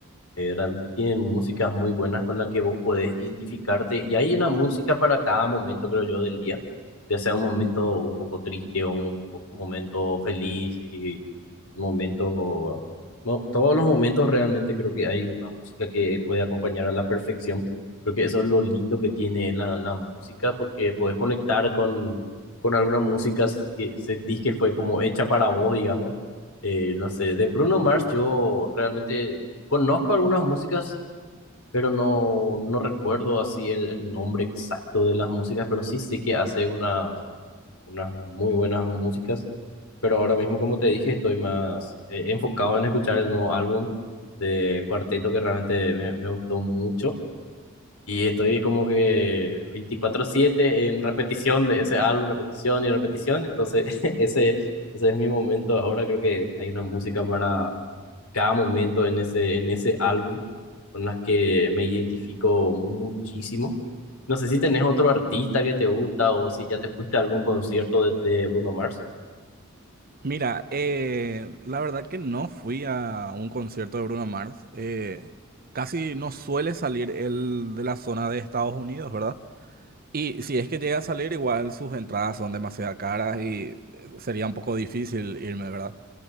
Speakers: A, on the left (about 85°); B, on the right (about 45°).
A: eh, realmente tienen músicas muy buenas con las que vos podés identificarte y hay una música para cada momento, creo yo, del día, ya sea un momento un poco triste o un, po- momento feliz. Y momento, no, todos los momentos realmente creo que hay una música que puede acompañar a la perfección. Creo que eso es lo lindo que tiene la, la música, porque podés conectar con, con alguna música que sentís que fue como hecha para vos, digamos. Eh, no sé, de Bruno Mars yo realmente conozco algunas músicas, pero no, no recuerdo así el, el nombre exacto de las músicas, pero sí sé que hace una unas muy buenas músicas, pero ahora mismo, como te dije, estoy más eh, enfocado en escuchar el nuevo álbum de Cuarteto que realmente me, me gustó mucho y estoy como que veinticuatro siete en repetición de ese álbum, repetición y repetición, entonces <laughs> ese, ese es mi momento ahora, creo que hay una música para cada momento en ese, en ese álbum con las que me identifico muchísimo. No sé si tenés otro artista que te gusta o si ya te fuiste a algún concierto de, de Bruno Mars.
B: Mira, eh, la verdad que no fui a un concierto de Bruno Mars. eh, casi no suele salir él de la zona de Estados Unidos, ¿verdad? Y si es que llega a salir, igual sus entradas son demasiado caras y eh, sería un poco difícil irme, ¿verdad?